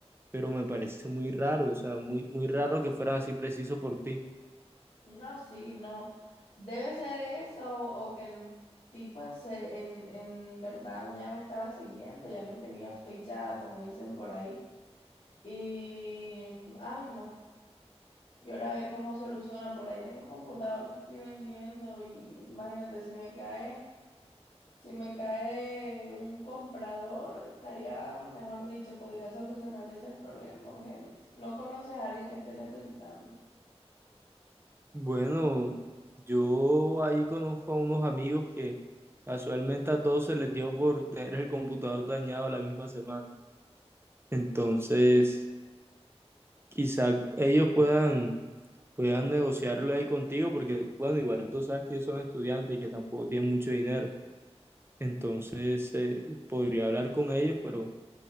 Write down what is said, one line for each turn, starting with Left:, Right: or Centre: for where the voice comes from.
Right: pero me parece muy raro, o sea, muy, muy raro que fueran así preciso por ti.
Left: No, sí, no. Debe ser eso o que el tipo en, se- en, en verdad ya me estaba siguiendo, ya me tenía fichada, como dicen por ahí. Y, ay, no. Yo ahora ve cómo soluciono. Por ahí tengo un computador que estoy vendiendo y imagínate si me cae, si me cae un comprador, estaría, mejor dicho, podría solucionar ese problema urgente. No conoces a alguien que esté necesitando.
Right: Bueno, yo ahí conozco a unos amigos que casualmente a todos se les dio por tener el computador dañado la misma semana. Entonces, quizá ellos puedan, puedan negociarlo ahí contigo, porque, bueno, igual tú sabes que ellos son estudiantes y que tampoco tienen mucho dinero. Entonces, eh, podría hablar con ellos, pero